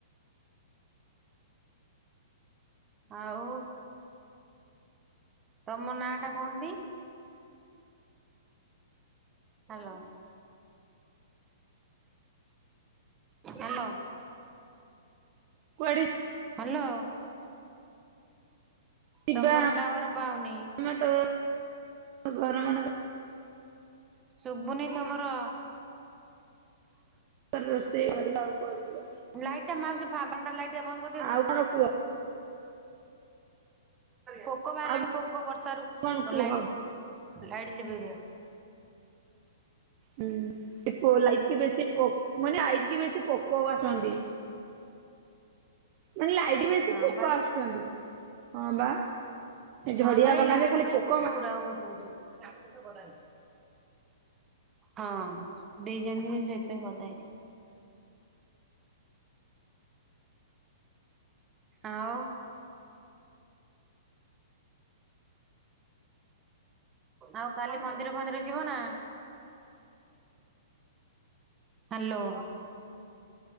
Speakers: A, on the right; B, on the right.
A: ଆଉ। ତମ ନାଁ ଟା କଣନ୍ତି? ହ୍ୟାଲୋ। ହ୍ୟାଲୋ।
B: କୁଆଡେ
A: ହ୍ୟାଲୋ।
B: ଯିବା
A: ତମର ଟାୱାର ପାଉନି।
B: ଆ ତ ଘର ମାନଙ୍କ
A: ଶୁଭୁନି ତମର?
B: ରୋଷେଇ କରିବା ଆଉ କୁଆଡେ ଯିବା
A: ଲାଇଟ୍ ଟା ମାଉସୀ ବା ବନ୍ଦ କରିଦଅତି।
B: ଆଉ କଣ କୁହ
A: ପୋକ ବାହାରିଲାଣି
B: ଆଉ
A: ପୋକ ବର୍ଷାରୁ। ଓ
B: କଣ କୁହ
A: ଲାଈ ଲାଇଟ୍ ଲିଭେଇଦିଅ।
B: ହୁଁ ଏ ପୋ ଲାଇଟ୍ କି ବେଶି ପୋ ମୁଁ କହିଲି ଲାଇଟ୍ କି ବେଶୀ ପୋକ ଆସନ୍ତି ମାନେ ଲାଇ ବେଶୀ
A: ହଁ
B: ପୋକ
A: ବା
B: ଆସୁଛନ୍ତି ହଁ ବା। ଝଡିଆ
A: ହଁ ପା ଏଇ
B: ଗଲା
A: ଲାଇଟ୍
B: ଯେ ଖାଲି
A: ପାଇଁ
B: ପୋକ
A: ପୋକଉରା
B: ମା
A: ବୋହୁତ ହଉଛନ୍ତି। ହଁ ଦେଇଛନ୍ତି ସେଇଥିପାଇଁ ଗଦା ହେଇଥିବ। ଆଉ। ଆଉ କାଲି ମନ୍ଦିର ଫନ୍ଦିର ଯିବ ନା? ହାଲୋ।